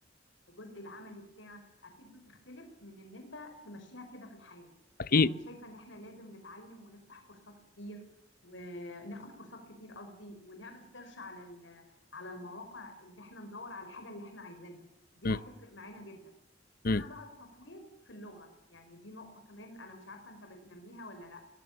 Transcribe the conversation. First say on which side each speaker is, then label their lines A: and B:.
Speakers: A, on the left (about 80°); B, on the left (about 50°).
A: الجزء العملي بتاعك اكيد بتختلف من ان انت تمشيها كده في الحياة
B: اكيد
A: يعني شايفة ان احنا لازم نتعلم ونفتح كورسات كتير وناخد كورسات كتير قصدي ونعمل سيرش على ال- على المواقع ان احنا ندور على الحاجة اللي احنا عايزينها دي
B: امم
A: هتفرق معانا جدا مع
B: أمم.
A: بقى التطوير في اللغة يعني دي نقطة كمان انا مش عارفة انت بتنميها ولا لا